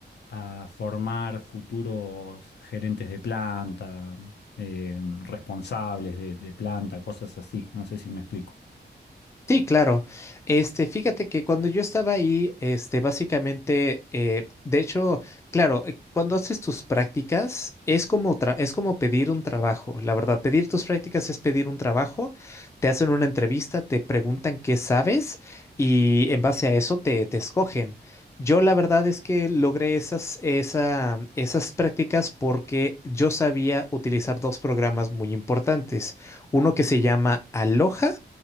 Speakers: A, on the left (about 70°); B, on the left (about 15°).
A: a formar futuros gerentes de planta, eh, responsables de, de planta, cosas así. No sé si me explico.
B: Sí, claro. Este, fíjate que cuando yo estaba ahí, este, básicamente, eh, de hecho, claro, eh, cuando haces tus prácticas es como tra- es como pedir un trabajo. La verdad, pedir tus prácticas es pedir un trabajo. Te hacen una entrevista, te preguntan qué sabes y en base a eso te, te escogen. Yo la verdad es que logré esas, esa, esas prácticas porque yo sabía utilizar dos programas muy importantes. Uno que se llama Aloha